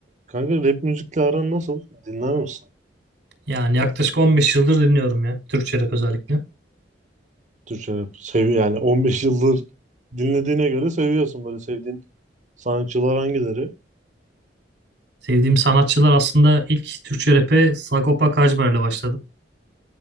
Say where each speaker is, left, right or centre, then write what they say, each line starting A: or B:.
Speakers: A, on the right; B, on the right.
A: Kanka rap müzikle aran nasıl? Dinler misin?
B: Yani yaklaşık 15 yıldır dinliyorum ya. Türkçe rap özellikle.
A: Türkçe rap. Sevi yani 15 yıldır dinlediğine göre seviyorsun böyle sevdiğin sanatçılar hangileri?
B: Sevdiğim sanatçılar aslında ilk Türkçe rap'e Sagopa Kajmer'le başladım.